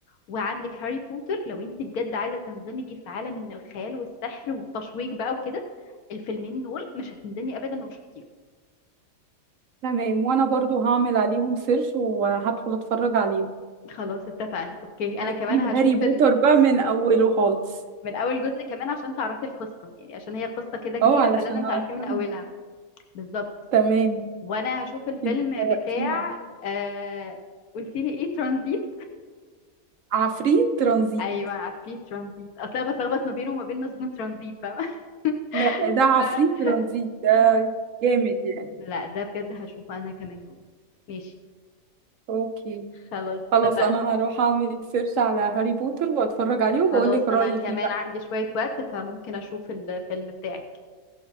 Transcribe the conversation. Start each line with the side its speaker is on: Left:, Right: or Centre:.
Left: وعندك هاري بوتر لو انتي بجد عايزه تندمجي في عالم من الخيال والسحر وتشويق بقى وكده الفيلمين دول مش هتندمي ابدا لو شفتيهم
Right: تمام وانا برضو هعمل عليهم سيرش وهدخل اتفرج عليهم
Left: خلاص اتفقنا اوكي
Right: هجيب
Left: انا كمان هشوف
Right: هاري بوتر
Left: ال...
Right: بقى من اوله خالص
Left: من اول جزء كمان عشان تعرفي القصه يعني عشان هي قصه كده كبيره
Right: اه علشان
Left: فلازم تعرفيه
Right: أفهم.
Left: من اولها بالظبط
Right: تمام
Left: وانا هشوف الفيلم
Right: انت شوقتيني
Left: بتاع
Right: اهو
Left: آه... قلت لي ايه ترانزيت
Right: عفريت ترانزيت
Left: ايوه عفريت ترانزيت اصل انا بتلخبط ما بينه وما بين مسجون ترانزيت فاهمه <laughs>
Right: لا ده عفريت
Left: ف-
Right: ترانزيت ده جامد يعني
Left: لا ده بجد هشوفه انا كمان والله ماشي
Right: اوكي
Left: خلاص
Right: خلاص
Left: اتفقنا
Right: انا هروح اعمل سيرش على هاري بوتر واتفرج عليه وبقول
Left: خلاص
Right: لك رأيي
Left: انا كمان
Right: فيه بقى
Left: عندي شوية وقت فممكن اشوف الفيلم بتاعك